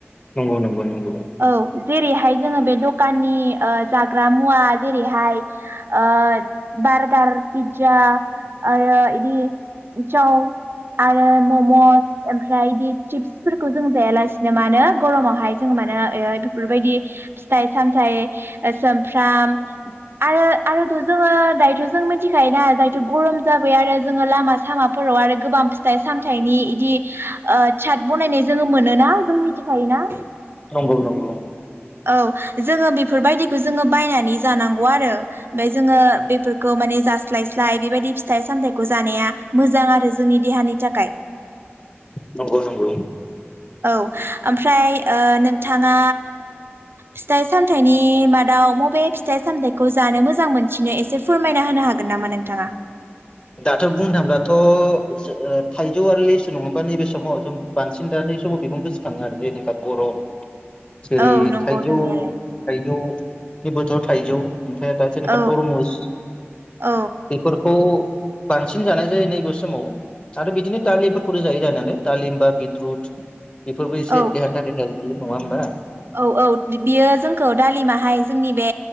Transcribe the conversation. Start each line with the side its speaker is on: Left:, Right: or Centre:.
Left: नंगौ नंगौ नंगौ
Right: औ जेरैहाय जोङो बे दखाननि ओ जाग्रा मुवा जेरैहाय ओ बारगार पिज्जा आरो इदि साव आरो ममस ओम फ्राय इदि चिप्सफोरखौ जों जायालासिनो मानो गरमावहाय जों मानो ओ बेफोरबायदि फिथाइ सामथाय सुमफ्राम आरो आरोथ' जोङो दायोथ' जों मिथिखायोना दायोथ' गरम जाबाय आरो जोङो लामा सामाफोराव आरो गोबां फिथाइ सामथाइनि इदि साद बनायनाय जोङो मोनोना जों मिथिखायोना।
Left: नंगौ नंगौ।
Right: औ जोङो बेफोरबायदिखौ जोङो बायनानै जानांगौ आरो ओमफफ्राय जोङो बेफोरखौ माने जास्लायस्लाय बेबायदि फिथाइ सामथायाइखौ जानाया मोजां आरो जोंनि देहानि थाखाय।
Left: नंगौ नंगौ।
Right: औ ओमफ्राय नोंथाङा फिथाइ सामथाइनि मादाव मबे फिथाइ सामथायाइखौ जानो मोजां मोनसिनो एसे फोरमायना होनो हागोन नामा नोंथाङा।
Left: दाथ' बुंनो थाङोबथ' थाइजौ आरो लेसु नङबा नैबे समाव जों बांसिन दा न समाव बिखौुं गोसोखाङो आरो जेनेखा गरम। जेरै
Right: औ नंगौ
Left: थाइजौ
Right: नोंनायालाय
Left: थाइजौनिबो। थायजौ। ओमफ्राय दा जेना
Right: औ
Left: तरमुस
Right: औ
Left: बेफोर बांसिन जानाय जायो नैबे समाव आरो बिदिनो दालिमफोरखौ जायो जानायालाय दालिम बा बिद्रुद बेफोरबो एसे
Right: औ
Left: देहान्थाखाय बि नङा ओमबा? <inaudible>
Right: औ औ बियो जोंखौ दालिमाहाय जोंनि बे